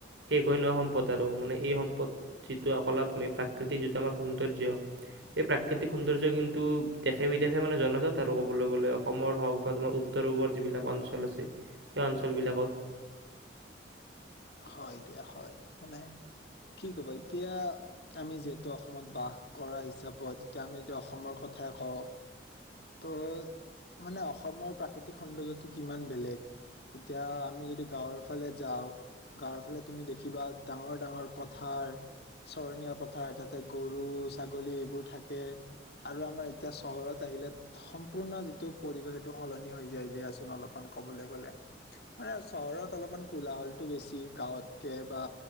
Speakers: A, on the right; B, on the left.
A: শেষ হৈ নোৱা সম্পদ আৰু মানে এই সম্পদি কলা তুমি প্ৰাকৃতিক যিটো আমাৰ সৌন্দৰ্য্য, এই প্ৰাকৃতিক সৌন্দৰ্য কিন্তু দেশে বিদেশে মানে জনজাত আৰু কবলৈ গলে, অসমৰ হওক বা তোমাৰ উত্তৰ পূৱৰ যিবিলাক অঞ্চল আছে সেই অঞ্চল বিলাকত
B: হয় দিয়া হয়, মানে কি কবা এতিয়া আমি যিহেতু অসমত বাস কৰা হিচাপত যিতিয়া আমি যদি অসমৰ কথাই কওঁ ত', মানে অসমৰ প্ৰাকৃতিক সৌন্দৰ্যটো কিমান বেলেগ। এতিয়া আমি যদি গাঁৱৰ ফালে যাওঁ, গাঁৱৰ ফালে তুমি দেখিবা ডাঙৰ ডাঙৰ পথাৰ চৰণীয়া পথাৰ তাতে গৰু, ছাগলী, এইবোৰ থাকে আৰু আমাৰ এতিয়া চহৰত আহিলে সম্পূৰ্ণ যিটো পৰিৱেশ সেইটো সলনি হৈ যায় দিয়াচোন অলপমান ক'বলৈ গ'লে। মানে চহৰত অলপমান কোলাহলটো বেছি গাঁৱতকে বা